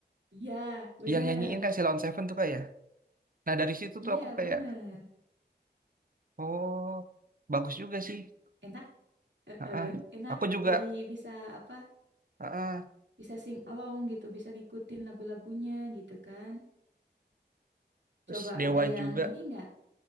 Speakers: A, on the right; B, on the right.
A: Iya, bener.
B: Dia Yang nyanyiin kan si Lawn Seven tuh Kak ya. Nah, dari situ tuh
A: Iya,
B: aku kayak
A: bener.
B: Oh, bagus juga sih.
A: Enak, eh,
B: Ah,
A: eh, enak.
B: Aku juga
A: Jadi bisa apa?
B: ah,
A: Bisa sing along gitu, bisa ngikutin lagu-lagunya gitu kan.
B: terus
A: Coba
B: Dewa
A: ada
B: juga,
A: yang ini nggak?